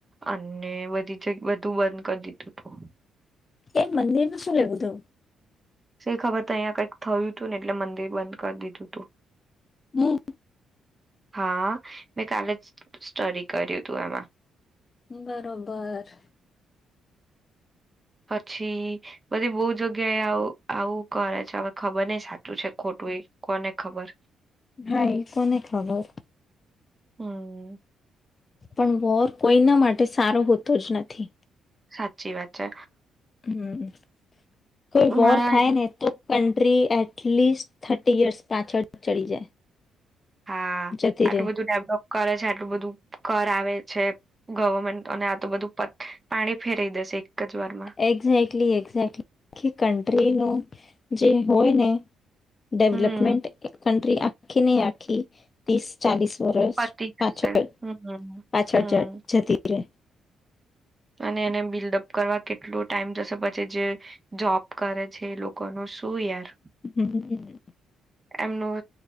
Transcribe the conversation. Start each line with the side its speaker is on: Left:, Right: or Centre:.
Right: અને બધી જ બધું બંધ કરી દીધું તું.
Left: એ મંદિરનું શું લેવું હતું?
Right: સ ખબર તો અહીંયા કંઈક થયું હતું ને એટલે મંદિર બંધ કરી દીધું હતું.
Left: હમ.
Right: હા, મેં કાલે જ સ્ટડી કર્યું હતું એમાં.
Left: બરોબર.
Right: પછી, બધી બહુ જગ્યાએ આવું આવું કરે છે હવે ખબર નહ સાચું છે ખોટું એ કોને ખબર.
Left: હાઈ કોને ખબર.
Right: હમ.
Left: પણ વોર કોઈના માટે સારો હોતો જ નથી.
Right: સાચી વાત છે.
Left: હમ. કોઈ વોર
Right: મારા
Left: થાય ને તો કન્ટ્રી એટલીસ્ટ થર્ટી યર્સ પાછળ ચડી જાય.
Right: હા
Left: જતી
Right: આટલું
Left: રે.
Right: બધું ડેવલોપ કરે છે આટલું બધું કર આવે છે ગવર્મેન્ટ અને આ તો બધું પાણી ફેરાવી દેશે. જ વારમાં
Left: એક્ઝેક્ટલી એક્ઝેક્ટલી આખી કન્ટ્રીનું જે હોય ને ડેવલપમેન્ટ
Right: હમ
Left: એક કન્ટ્રી આખી ને આખી ત્રીસ ચાલીસ. વર્ષ
Right: પતી જશે
Left: પાછળ,
Right: હમ
Left: પાછળ
Right: હમ
Left: જતી રહે.
Right: અને એને બિલ્ડઅપ કરવા કેટલો ટાઈમ જશે પછી. જે જોબ કરે છે એ લોકોનું શું યાર.?
Left: હમ હ.
Right: એમનું